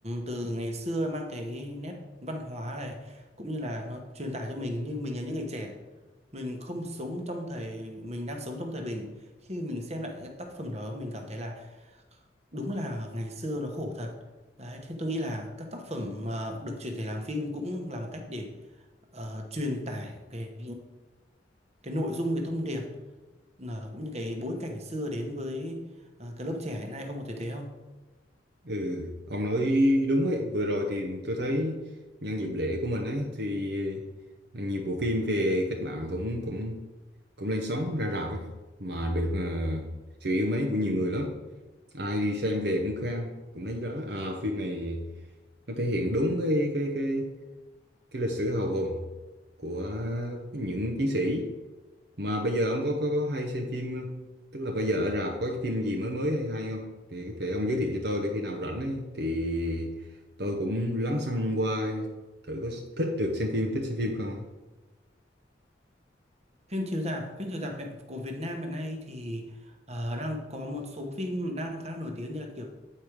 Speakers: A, on the right; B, on the right.
A: từ ngày xưa mang cái nét văn hóa này cũng như là nó truyền tải cho mình như mình là những người trẻ mình không sống trong thời mình đang sống trong thời bình khi mình xem lại những cái tác phẩm đó mình cảm thấy là đúng là ngày xưa nó khổ thật đấy thế tôi nghĩ là các tác phẩm mà được chuyển thể làm phim cũng là một cách để ờ, truyền tải cái cái nội dung cái thông điệp ờ, cũng như cái bối cảnh xưa đến với ờ, cái lớp trẻ hiện nay ông có thể thấy không
B: Ừ, ông nói đúng ấy. Vừa rồi thì tôi thấy nhân dịp lễ của mình ấy thì nhiều bộ phim về cách mạng cũng cũng cũng lên sóng ra rạp ấy mà được ờ, sự yêu mến của nhiều người lắm. Ai đi xem về cũng khen, cũng đánh giá à phim này nó thể hiện đúng cái cái cái cái lịch sử hào hùng của những chiến sĩ mà bây giờ ông có, có có hay xem phim không? Tức là bây giờ ở rạp có cái phim gì mới mới hay hay không? Thì có thể ông giới thiệu cho tôi để khi nào rảnh ấy thì tôi cũng lắng xăng qua thử có thích được xem phim, thích xem phim không ạ?
A: Phim chiếu rạp, phim chiếu rạp hiện- của Việt Nam hiện nay thì ờ, đang có một số phim đang khá là nổi tiếng như là kiểu